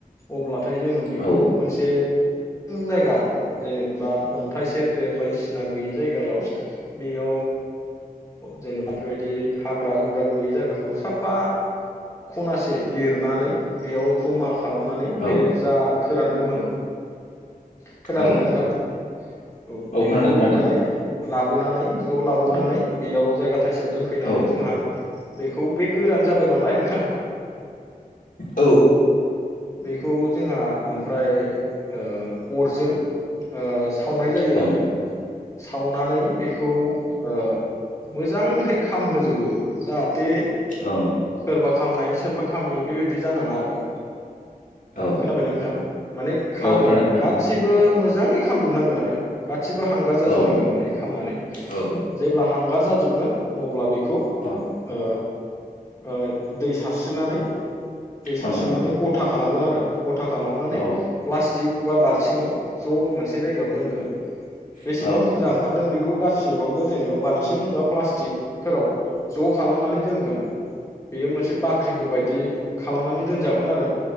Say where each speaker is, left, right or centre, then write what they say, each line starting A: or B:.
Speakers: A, on the left; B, on the left.
A: अब्ला थाय जोङो बेखौ
B: औ
A: मोनसे <unintelligible> जायगा जेनेबा अन्थाइ सेरेब बायदिसिना गैयि जायगायाव बेयाव जेनेबा बेबायदि हाग्रा हुग्रा गैयै जायगाखौ साफा खनासे लिरनानै बेयाव जमा खालामनानै
B: औ
A: बे जा फोरानदोंमोन खोनादोंना
B: औ
A: नोंथां? औ बेखौ
B: खोनादों खोनादों
A: माने लाबोनानै द' लाबोनानै
B: औ
A: बेयाव जायगा थायसेयाव दोनफैनानै
B: औ
A: जोंहा बेखौ बे गोरान जाबाय नालाय नोंथां <inaudible>
B: ओं
A: बेखौ जोंहा ओमफ्राय ओ अरजों ओ सावनाय जायो
B: ओं
A: आरो सावनानै बेखौ ओ मोजांहै खामहोजोबो जा थे <inaudible>
B: ओं
A: सोरबा खामनाय सोरबा खामि बेबायदि जानाङा आरो <inaudible>
B: औ
A: खोनाबायना नोंथां माने खाम
B: औ खोनादों खोनादों
A: गासिबो मोजाङै खालामजोबनांगोन आरो गा सिबो हांगार जाजोबनांगोन
B: औ
A: माने खामनानै
B: औ
A: जेब्ला हांगार जाजोबगोन अब्ला बे खौ ओ
B: औ
A: ओ दै सारस्रिनानै दै सारसोननानै
B: ओं ओं
A: गथा खालामगोन आरो गथा खालामनानै
B: औ
A: प्लास थिक बा बालथिङाव ज' मोनसे जायगायाव दोनगोन बेसेबां
B: औ
A: बुरजा ओंखारदों बे गौ गासैबावबो जेनेबा बाल- थिं बा प्लास्टिकफोराव ज' खालामनानै दोनगोन बेयो मोनसे बाख्रिफोरबायदि खालामनानै दोनजागोन आरो